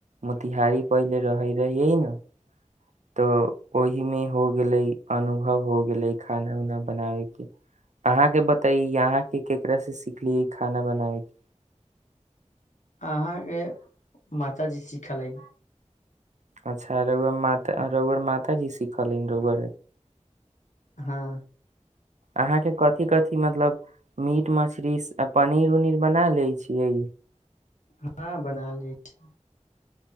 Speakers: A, on the right; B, on the left.
A: मोतिहारी पहिले रहे रहिये ने तऽ ओहिमे हो गेलै अनुभव हो गेलै खाना उना बनाबे के अहाँके बतै यहाँ एक एकरा सिखलिय खाना बनाएके
B: अहाँ के माताजी सिखालै
A: अच्छा रौ रौआ माता रौआ मातााजी सिखलनि रौआ
B: हँ
A: अहाँ के कथि कथि मतलब मीट मछली पनीर उनीर बना ले छियै
B: हँ बना लय छी